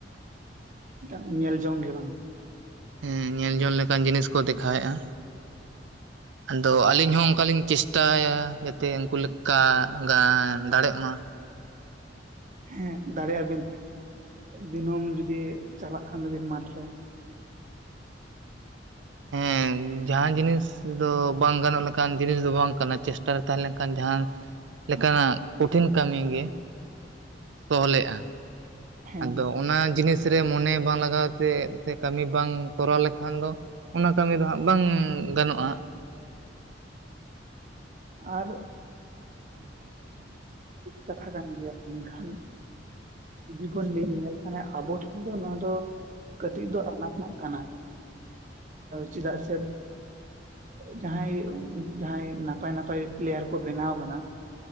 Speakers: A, on the right (about 45°); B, on the right (about 80°).
A: ᱢᱤᱫᱴᱟᱝ ᱧᱮᱞ ᱡᱚᱝ ᱜᱮ ᱵᱟᱝ
B: ᱦᱮᱸ ᱧᱮᱞᱡᱚᱝ ᱞᱮᱠᱟᱱ ᱡᱤᱱᱤᱥ ᱠᱚ ᱫᱮᱠᱷᱟᱣᱮᱫᱼᱟ ᱟᱫᱚ ᱟᱹᱞᱤᱧ ᱦᱚᱸ ᱚᱱᱠᱟᱞᱤᱧ ᱪᱮᱥᱴᱟᱭᱟ ᱡᱟᱛᱮ ᱩᱱᱠᱩ ᱞᱮᱠᱟ ᱫᱟᱲᱮᱜ ᱢᱟ
A: ᱦᱮᱸ ᱫᱟᱲᱮᱭᱟᱜᱼᱟ ᱵᱤᱱ ᱫᱤᱱᱟᱹᱢ ᱡᱩᱫᱤ ᱪᱟᱞᱟᱜ ᱠᱷᱟᱱ ᱫᱚᱵᱤᱱ ᱢᱟᱴᱷᱨᱮ
B: ᱦᱮᱸ ᱡᱟᱦᱟᱸ ᱡᱤᱱᱤᱥ ᱫᱚ ᱵᱟᱝ ᱜᱟᱱᱚᱜ ᱞᱮᱠᱟᱱ ᱡᱤᱱᱤᱥ ᱫᱚ ᱵᱟᱝ ᱠᱟᱱᱟ ᱪᱮᱥᱴᱟᱨᱮ ᱛᱟᱦᱮᱸ ᱞᱮᱱᱠᱷᱟᱱ ᱡᱟᱦᱟᱸ ᱞᱮᱠᱟᱱᱟᱜ ᱠᱚᱴᱷᱤᱱ ᱠᱟᱹᱢᱤ ᱜᱮ ᱥᱚᱦᱞᱮᱜᱼᱟ
A: ᱦᱮᱸ
B: ᱟᱫᱚ ᱚᱱᱟ ᱡᱤᱱᱤᱥ ᱨᱮ ᱢᱚᱱᱮ ᱵᱟᱝ ᱞᱟᱜᱟᱣ ᱛᱮ ᱥᱮ ᱠᱟᱹᱢᱤ ᱵᱟᱝ ᱠᱚᱨᱟᱣ ᱞᱮᱠᱷᱟᱱ ᱫᱚ ᱚᱱᱟ ᱠᱟᱹᱢᱤ ᱫᱚ ᱦᱟᱸᱜ ᱵᱟᱝ ᱜᱟᱱᱚᱜᱼᱟ
A: ᱟᱨ ᱠᱟᱛᱷᱟ ᱠᱟᱱ ᱜᱮᱭᱟ ᱢᱮᱱᱠᱷᱟᱱ ᱡᱩᱫᱤ ᱵᱚᱱ ᱞᱟᱹᱭ ᱧᱮᱞᱠᱷᱟᱱ ᱟᱵᱚ ᱴᱷᱮᱱ ᱫᱚ ᱱᱚᱣᱟ ᱫᱚ ᱠᱟᱹᱴᱤᱡ ᱫᱚ ᱟᱱᱟᱴᱱᱟᱜ ᱠᱟᱱᱟ ᱪᱮᱫᱟᱜ ᱥᱮ ᱡᱟᱦᱟᱸᱭ ᱡᱟᱦᱟᱸᱭ ᱱᱟᱯᱟᱭ ᱱᱟᱯᱟᱭ ᱯᱞᱮᱭᱟᱨ ᱠᱚ ᱵᱮᱱᱟᱣ ᱠᱟᱱᱟ